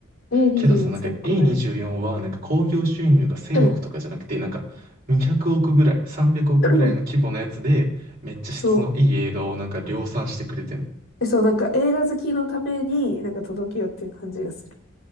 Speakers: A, on the left (about 80°); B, on the right (about 45°).
A: A24
B: けどさ、なんか
A: 最高だよ。
B: A24 はなんか興行収入が1000億とかじゃなくて、
A: <coughs>
B: なんか200億ぐらい、300億ぐらいの規模のやつで、
A: うん
B: めっちゃ質のいい映画をなんか量産してくれてる。
A: そう。え、そう、なんか映画好きのために、なんか届けようっていう感じがする。